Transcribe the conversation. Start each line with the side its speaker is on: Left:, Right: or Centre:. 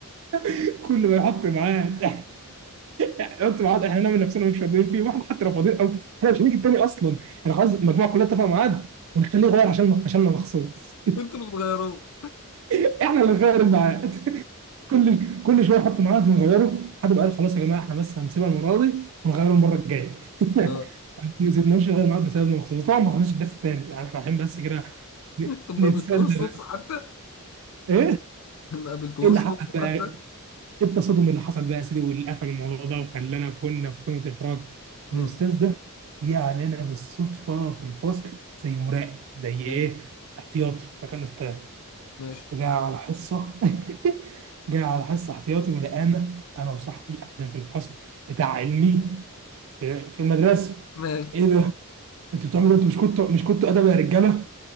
Right: <laughs> كل ما يحط ميعاد <laughs> يحط ميعاد احنا نعمل نفسنا مش فاضيين فيه واحد حتى لو فاضيين او احنا مش هنيجي تاني اصلا احنا خلاص المجموعه كلها اتفق ميعاد ونخليه يغير عشان عشان انا مخصوص
Left: انتوا اللي بتغيروه
Right: <laughs> احنا اللي نغير الميعاد كل كل شويه نحط ميعاد ونغيره لحد ما قال خلاص يا جماعه احنا بس هنسيبها المره دي ونغيره المره الجايه
Left: اه
Right: <laughs> ما سيبناش نغير ميعاد بسببنا مخصوص طبعا ما حضرناش الدرس تاني يعني احنا رايحين بس كده ن-
Left: طب ما
Right: نتسلى
Left: قابلتوش صدفة
Right: بس
Left: حتى
Right: ايه
Left: ما قابلتوش
Right: ايه اللي حصل
Left: صدفة
Right: بقى
Left: حتى
Right: ايه التصادم اللي حصل بقى يا سيدي واللي قفل الموضوع ده وخلانا كنا في قمه الاحراج
Left: مم.
Right: إن الاستاذ ده جه علينا بالصدفه في الفصل زي مراقب زي ايه
Left: ماشي
Right: احتياطي مكان استاذ
Left: ماشي
Right: وجاي على حصة <laughs> جاي على حصة احتياطي ولقانا أنا وصاحبي قاعدين في الفصل بتاع علمي في, في المدرسة
Left: ماشي
Right: إيه ده؟ أنتوا بتعملوا إيه؟ أنتوا مش كنتوا مش كنتوا أدب يا رجالة؟